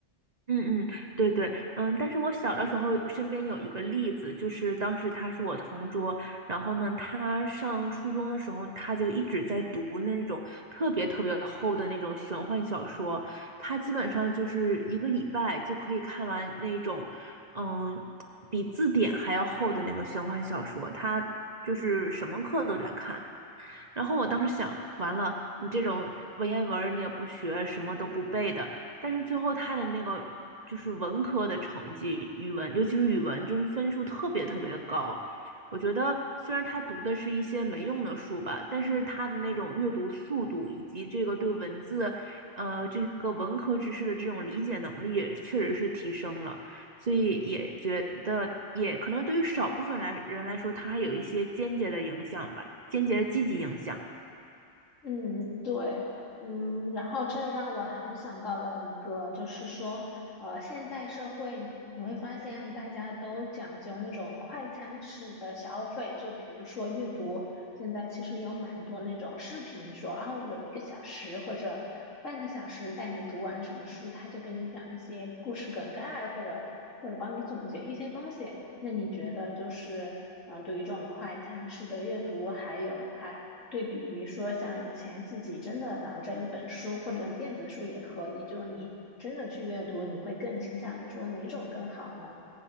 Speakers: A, on the right; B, on the left.
A: 嗯嗯，对对，嗯，但是我小的时候身边有一个例子，就是当时他是我同桌，然后呢，他上初中的时候，他就一直在读那种特别特别厚的那种玄幻小说，他基本上就是一个礼拜就可以看完那种，嗯，比字典还要厚的那个玄幻小说，他就是什么课都在看，然后我当时想，完了，你这种文言文儿你也不学，什么都不背的，但是最后他的那个就是文科的成绩，语文尤其是语文，就是分数特别特别的高。我觉得虽然他读的是一些没用的书吧，但是他的那种阅读速度以及这个对文字，呃，这个文科知识的这种理解能力，确实是提升了。所以也觉得，也可能对于少部分来人来说，它有一些间接的影响吧，间接的积极影响。
B: 嗯，对，嗯，然后这让我还想到了一个，就是说，呃，现代社会你会发现大家都讲究那种快餐式的消费，就比如说阅读，现在其实有蛮多那种视频说啊，我一个小时或者半个小时带你读完什么书，他就跟你讲一些故事梗概，或者或者帮你总结一些东西。那你觉得就是，呃，对于这种快餐式的阅读，还有还对比于说，像以前自己真的拿着一本书或者电子书也可以，就你真的去阅读，你会更倾向于说哪种更好呢？